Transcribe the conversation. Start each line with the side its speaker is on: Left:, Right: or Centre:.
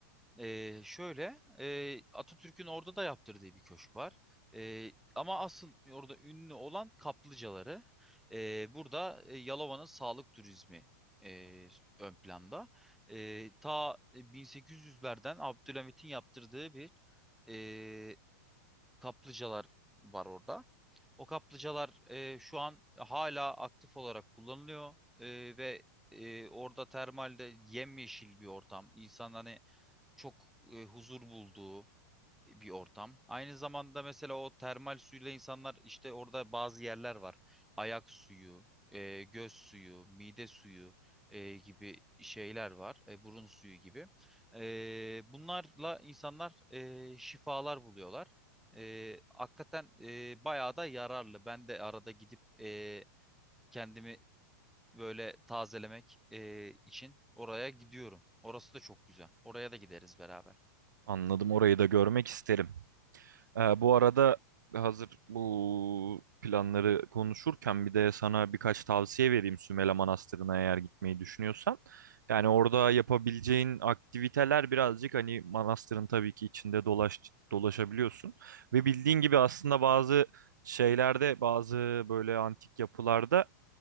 Centre: Ee, şöyle e, Atatürk'ün orada da yaptırdığı bir köşk var. Ee, ama asıl orada ünlü olan kaplıcaları. Ee, burada e, Yalova'nın sağlık turizmi e, ön planda. Ee, ta 1800'lerden Abdülhamit'in yaptırdığı bir e, kaplıcalar var orada. O kaplıcalar e, şu an hala aktif olarak kullanılıyor E, ve e, orada termalde yemyeşil bir ortam. İnsan hani çok e, huzur bulduğu, bir ortam. Aynı zamanda mesela o termal suyla insanlar işte orada bazı yerler var. Ayak suyu, e, göz suyu, mide suyu e, gibi şeyler var. E, burun suyu gibi. E, bunlarla insanlar e, şifalar buluyorlar. E, hakikaten e, bayağı da yararlı. Ben de arada gidip e, kendimi böyle tazelemek e, için oraya gidiyorum. Orası da çok güzel. Oraya da gideriz beraber.
Right: Anladım orayı da görmek isterim. Ee, bu arada hazır bu planları konuşurken bir de sana birkaç tavsiye vereyim Sümele Manastırı'na eğer gitmeyi düşünüyorsan. Yani orada yapabileceğin aktiviteler birazcık hani manastırın tabii ki içinde dolaş, dolaşabiliyorsun. Ve bildiğin gibi aslında bazı şeylerde bazı böyle antik yapılarda